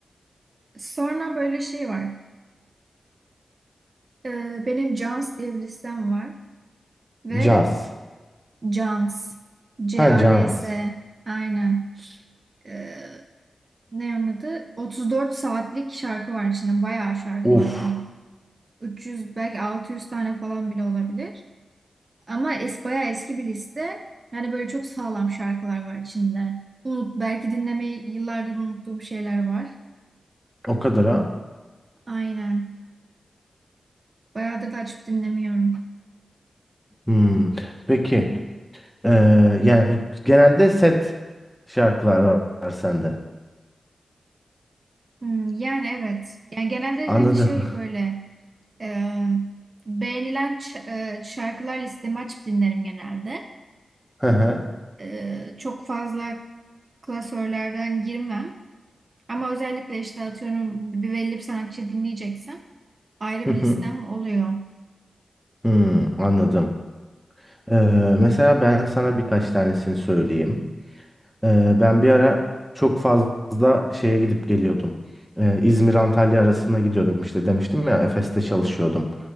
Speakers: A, on the right; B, in the centre.
A: Sonra böyle şey var. Ee, benim Jans diye bir listem var ve
B: Caz.
A: e, Cans C-A-N-S
B: Ha caz.
A: aynen. Ee, ne onun adı? 34 saatlik şarkı var içinde. Bayağı şarkı
B: Uf.
A: var bunun. 300 belki 600 tane falan bile olabilir. Ama es, bayağı eski bir liste. Yani böyle çok sağlam şarkılar var içinde. Unut, belki dinlemeyi yıllardır unuttuğum şeyler var.
B: O kadar ha.
A: Aynen. Bayağıdır da açıp dinlemiyorum.
B: Hmm. Peki. Ee, yani genelde set şarkılar var, var sende.
A: Hmm, yani evet. Yani genelde
B: Anladım.
A: hani şey böyle e, beğenilen ç- e, şarkılar listemi açıp dinlerim genelde.
B: <laughs> Hı hı.
A: E, çok fazla klasörlerden girmem. Ama özellikle işte atıyorum bir belli bir sanatçı dinleyeceksem ayrı
B: Hı
A: bir
B: hı.
A: listem oluyor.
B: Hmm, anladım. Ee, mesela ben sana birkaç tanesini söyleyeyim. Ee, Ben bir ara çok fazla şeye gidip geliyordum. Ee, İzmir Antalya arasına gidiyordum işte demiştim ya Efes'te çalışıyordum.